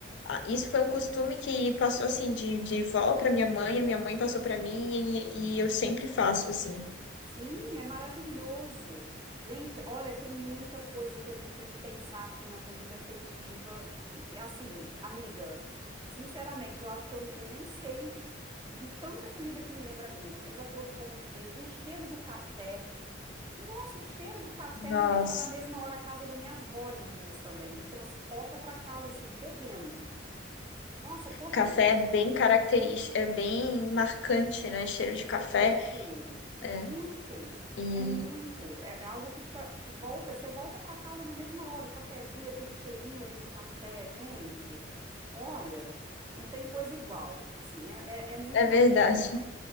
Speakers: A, on the left; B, on the right.
A: isso foi um costume que passou, assim, de, de vó pra minha mãe, a minha mãe passou pra mim e, e eu sempre faço, assim.
B: Sim, é maravilhoso. Gente, olha, tem muita coisa que a gente tem que pensar aqui na comida afetiva. E, e, assim, amiga, sinceramente, eu acho que eu, eu nem sei de tanta comida que me lembra Minas. A gente já falou do pão de queijo, o cheiro do café. Nossa, o cheiro do café
A: Nossa.
B: me lembra na mesma hora a casa da minha avó em Minas também. Me transporta para casa assim, correndo. Nossa, correndo.
A: Café é bem característico, é bem marcante, né? Cheiro de café.
B: Muito,
A: É,
B: muito.
A: e
B: É muito. É, é algo que tá- te volta, você volta para casa na mesma hora. O cafezinho, aquele cheirinho ali do café, gente. Olha, não tem coisa igual. Assim, é, é, é muito
A: é verdade.
B: maravilhoso.